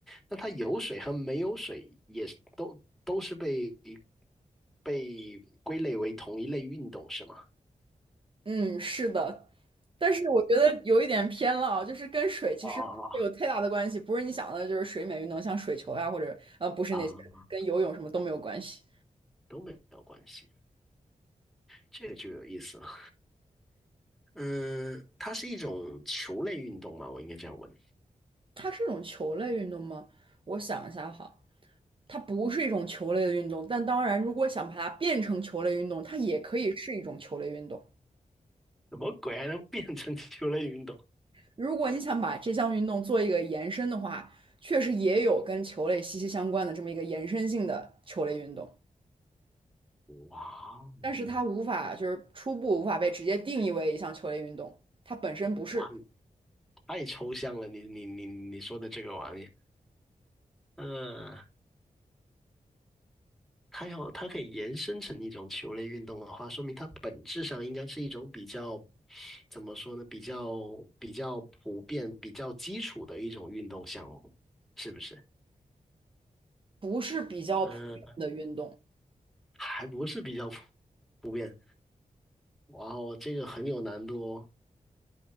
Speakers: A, in the centre; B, on the right (about 40°).
A: 那它有水和没有水也是都都是被被归类为同一类运动是吗？
B: 嗯，是的，但是我觉得有一点偏了啊，就是跟水其实没有太大的关系，
A: 哦哦
B: 不是你想的，就是水美运动，像水球呀，或者呃，不是那些，
A: 哦啊，
B: 跟游泳什么都没有关系。
A: 都没有关系。这个就有意思了。嗯，它是一种球类运动嘛，我应该这样问。
B: 它是一种球类运动吗？我想一下哈，它不是一种球类的运动，但当然，如果想把它变成球类运动，它也可以是一种球类运动。
A: 什么鬼还能变成球类运动？
B: 如果你想把这项运动做一个延伸的话，确实也有跟球类息息相关的这么一个延伸性的球类运动，
A: 哇哦
B: 但是它无法就是初步无法被直接定义为一项球类运动，它本身不是
A: 哇，太抽象了！你你你你说的这个玩意，嗯，它要它可以延伸成一种球类运动的话，说明它本质上应该是一种比较怎么说呢？比较比较普遍、比较基础的一种运动项目，是不是？
B: 不是比较普遍的运动，
A: 嗯，还不是比较普普遍。哇哦，这个很有难度哦。